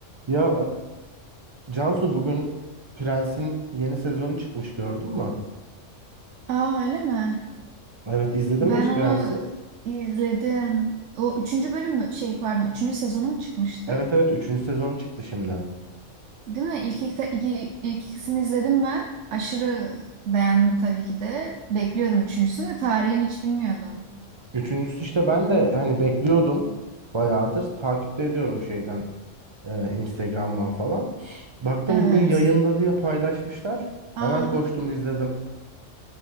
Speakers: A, on the right; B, on the right.
A: Ya e, Cansu bugün Prens'in yeni sezonu çıkmış gördün mü?
B: Aa öyle mi?
A: Evet izledin
B: Ben
A: mi hiç
B: onu
A: Prens'i?
B: izledim. O üçüncü bölüm mü? Şey pardon üçüncü sezonu mu çıkmıştı?
A: Evet evet üçüncü sezon çıktı şimdi.
B: Değil mi? İlk, iki, iki- ilk ikisini izledim ben. Aşırı beğendim tabii ki de. Bekliyordum üçüncüsünü de tarihini hiç bilmiyordum.
A: Üçüncüsü işte ben de hani bekliyordum bayağıdır takipte ediyorum şeyden e, Instagram'dan falan. Baktım
B: Evet.
A: bugün yayında diye paylaşmışlar. Hemen
B: Aa
A: koştum izledim.